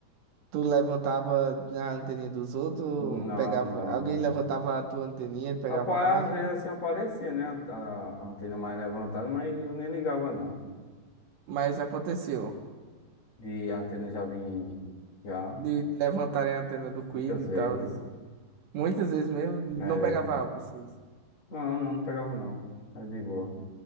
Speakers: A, on the right; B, on the left.
A: Tu levantava a anteninha dos outros, ou
B: Não,
A: pegava.
B: não.
A: Alguém levantava a tua anteninha, pegava
B: Rapaz,
A: a.
B: às vezes assim aparecia, né? A, a- a antena mais levantada, mas eu nem ligava, não.
A: Mas aconteceu.
B: De antena já vim, já,
A: De levantarem a antena do Quid
B: muitas
A: e
B: vezes.
A: tal. Muitas vezes mesmo, não
B: É,
A: pegava A, vocês.
B: não, não, não pegava, não. É de boa.